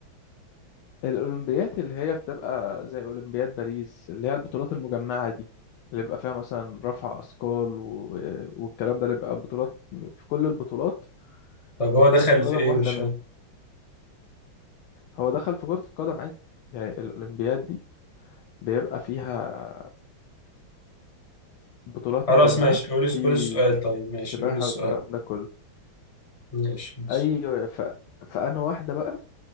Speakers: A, on the left; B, on the left.
A: الأولمبيات اللي هي بتبقى زي أولمبياد باريس اللي هي البطولات المجمعة دي اللي بيبقى فيها مثلا رفع أثقال و... والكلام ده اللي بيبقى بطولات في كل البطولات
B: طب
A: وكرة
B: هو دخل
A: القدم
B: في ايه
A: واحدة
B: مش
A: منهم
B: فاهم
A: هو دخل في كرة القدم عادي يعني الأولمبياد دي بيبقى فيها بطولات
B: خلاص
A: مجمعة
B: ماشي قول
A: في
B: قول السؤال طيب ماشي
A: سباحة
B: قول السؤال
A: والكلام ده كله
B: ماشي ماشي
A: أي ف... فأنا واحدة بقى